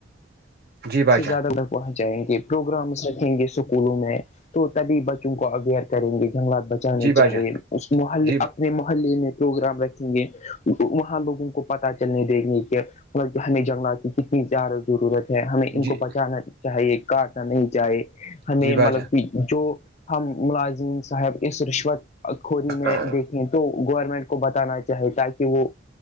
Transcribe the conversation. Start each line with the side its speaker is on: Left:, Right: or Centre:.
Right: جی بھائی
Left: سے
Right: جان
Left: زیادہ ترگ پہنچ جائیں گے پروگرامس رکھیں گے اسکولوں میں <unintelligible> تو تبھی بچوں کو اویئر کریں گے جنگلات بچانے
Right: جی بھائی
Left: چاہیے
Right: جان
Left: اس محلےنے
Right: جی ب-
Left: اپنے محلے میں پروگرام رکھیں گے وہاں لوگوں کو پتا چلنے دیکھنے کے مطلب کہ ہمیں جنگلات کی کتنی زیادہ ضرورت ہے ہمیں ان
Right: جی
Left: کو بچانا چاہیے کاٹنا نہیں چاہے ہمیں
Right: جی بھائی
Left: مطلب
Right: جان
Left: کہ جو ہم ملازم صاحب اس رشوت کوری میں
Right: ہاں
Left: دیکھ تو گورنمنٹ کو بتانا چاہے تاکہ وہ